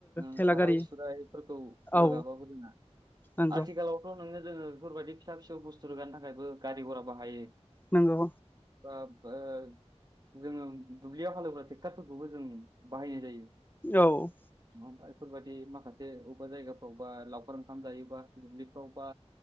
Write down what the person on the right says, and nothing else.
ओम
साराय
सुरायफोरखौ
रागाबाबो रोङा
आथिखालावथ' नोङो जोङो बेफोरबायदि फिसा फिसौ बुस्थु रोगानो थाखायबो गारि गरा बाहायो।
बाब ओ जोङो दुब्लियाव हालेवग्रा ट्रेक्टारफोरखौबो जों बाहायनाय जायो।
नङाबा बेफोरबायाददि माखासे बबेबा जायगाफ्रावबा लावखार ओंखाम जायो बा दुब्लिफाव बा